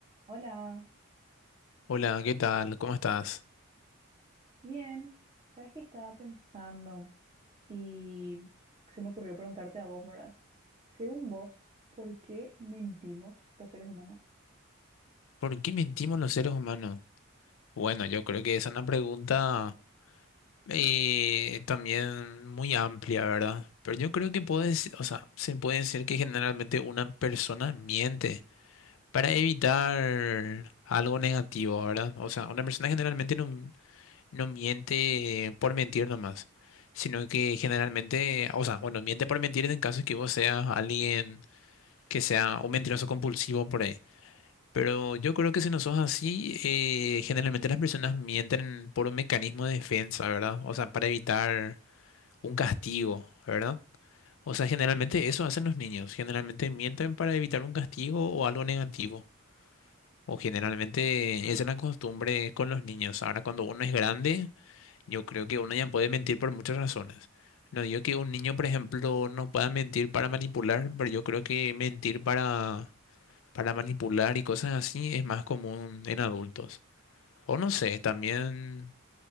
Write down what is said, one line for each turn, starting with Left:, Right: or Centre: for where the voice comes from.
Right: Hola,
Left: Hola, ¿qué tal? ¿Cómo estás?
Right: bien. ¿Sabes qué estaba pensando? Y se me ocurrió preguntarte a vos, ¿verdad? Según vos, ¿por qué mentimos los seres humanos?
Left: ¿Por qué mentimos los seres humanos? Bueno, yo creo que esa es una pregunta eh, también muy amplia, ¿verdad? Pero yo creo que puedes, o sea, se puede decir que generalmente una persona miente para evitar algo negativo, ¿verdad? O sea, una persona generalmente no, no miente por mentir nomás, sino que generalmente, o sea, bueno, miente por mentir en caso de que vos seas alguien que sea un mentiroso compulsivo por ahí. Pero yo creo que si no sos así, eh, generalmente las personas mienten por un mecanismo de defensa, ¿verdad? O sea, para evitar un castigo, ¿verdad? O sea, generalmente eso hacen los niños. Generalmente mienten para evitar un castigo o algo negativo. O generalmente esa es la costumbre con los niños. Ahora, cuando uno es grande, yo creo que uno ya puede mentir por muchas razones. No digo que un niño, por ejemplo, no pueda mentir para manipular, pero yo creo que mentir para para manipular y cosas así es más común en adultos. O no sé, también,